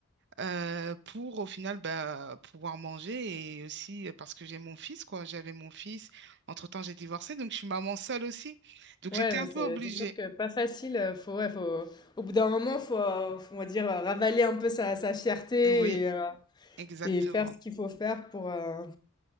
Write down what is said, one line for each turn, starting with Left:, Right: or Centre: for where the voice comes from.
Right: euh, pour au final bah, pouvoir manger et aussi euh, parce que j'ai mon fils, quoi. J'avais mon fils. Entre-temps, j'ai divorcé, donc je suis maman seule aussi. Donc
Left: Ouais,
Right: j'étais
Left: non,
Right: un peu
Left: c'est
Right: obligée.
Left: c'est sûr que pas facile. euh, Faut, ouais, faut, au bout d'un moment, faut, euh, faut, on va dire, euh, ravaler un peu sa, sa fierté
Right: Oui,
Left: et, euh,
Right: exactement.
Left: et faire ce qu'il faut faire pour, euh,